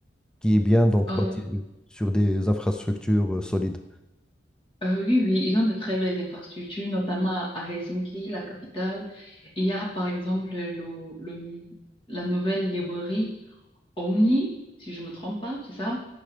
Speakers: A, in the centre; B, on the left.
A: qui est bien donc,
B: Euh,
A: bâti sur des infrastructures euh, solides.
B: Euh, oui, oui, ils ont de très belles infrastructures, notamment à Helsinki, la capitale. Il y a par exemple le, le- la nouvelle librairie Omni, si je me trompe pas, c'est ça.